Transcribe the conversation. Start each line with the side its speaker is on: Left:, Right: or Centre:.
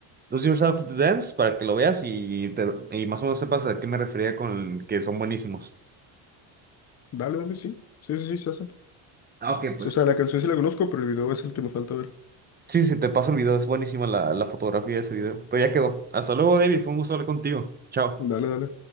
Right: Lose Yourself to Dance para que lo veas y, te- y más o menos sepas a qué me refería con que son buenísimos.
Left: Dale, dale, sí. Sí, sí, sí, se hace.
Right: Ah, ok, pues.
Left: O sea, la canción sí la conozco, pero el video es el que me falta ver.
Right: Sí, sí, te paso el video, es buenísima la, la fotografía de ese video. Pero ya quedó. Hasta luego, David, fue un gusto hablar contigo. Chao.
Left: Dale, dale.